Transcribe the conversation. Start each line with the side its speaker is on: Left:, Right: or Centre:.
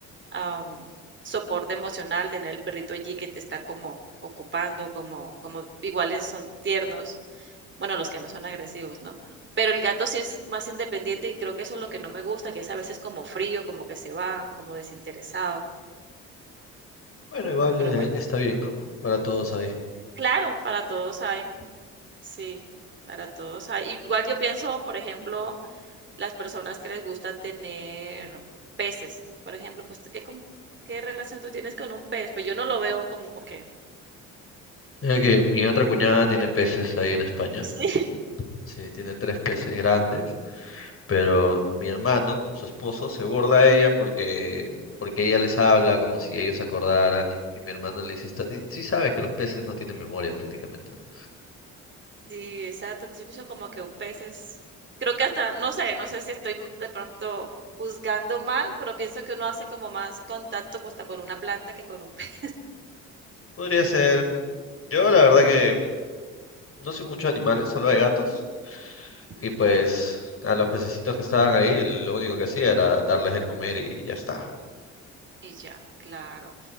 Right: am, soporte emocional, tener el perrito allí que te está como ocupando, como, como iguales son tiernos bueno, los que no son agresivos, ¿no? Pero el gato sí es más independiente y creo que eso es lo que no me gusta, que es a veces como frío, como que se va, como desinteresado.
Left: Bueno, igual
Right: Pero
Left: eh,
Right: bueno,
Left: está bien, ¿no? Para todos ahí.
Right: claro, para todos hay, sí, para todos hay. Igual yo pienso, por ejemplo, las personas que les gusta tener peces, por ejemplo, pues ¿tú qué, con- qué relación tú tienes con un pez? Pues yo no lo veo como que...
Left: Mira que mi otra cuñada tiene peces ahí en España.
Right: Sí.
Left: Sí, tiene tres peces grandes, pero mi hermano, su esposo, se burla de ella porque, porque ella les habla como si ellos se acordaran y, y mi hermano le dice, "Está- y sí sabes que los peces no tienen memoria prácticamente, ¿no?
Right: Sí, exacto. Entonces yo pienso como que un pez es, creo que hasta, no sé, no sé si estoy de pronto juzgando mal, pero pienso que uno hace como más contacto hasta con una planta que con un pez.
Left: Podría ser. Yo la verdad que no soy mucho de animales, solo de gatos. Y
Right: Ujú,
Left: pues a los pececitos que estaban ahí, lo único que hacía era darles de comer y ya está.
Right: Y ya, claro.